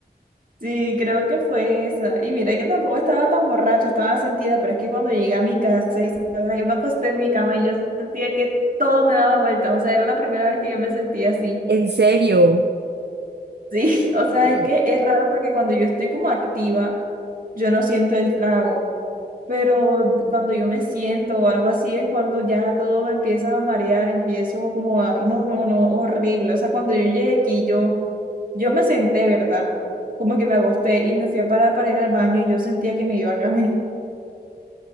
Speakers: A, on the right; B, on the right.
A: Sí, creo que fue esa. Y mira que tampoco estaba tan borracha, estaba sentida, pero es que cuando llegué a mi casa, y yo me acosté en mi cama y yo sentía que todo me daba vuelta. O sea, era la primera vez que yo me sentía así.
B: ¿En serio?
A: Sí, <laughs> o sea,
B: Mm.
A: es que es raro porque cuando yo estoy como activa, yo no siento el trago, pero d- cuando yo me siento o algo así es cuando ya todo me empieza a marear, empiezo como a, no, no, no, horrible. O sea, cuando yo llegué aquí, yo, yo me senté, ¿verdad? Como que me acosté y me fui a parar para ir al baño y yo sentía que me iba a caer. <laughs>